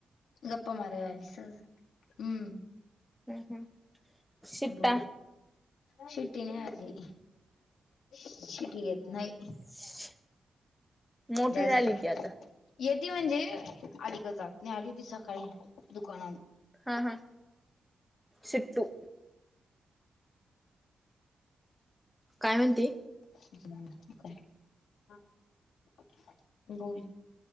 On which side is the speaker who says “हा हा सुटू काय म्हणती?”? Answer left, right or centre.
Centre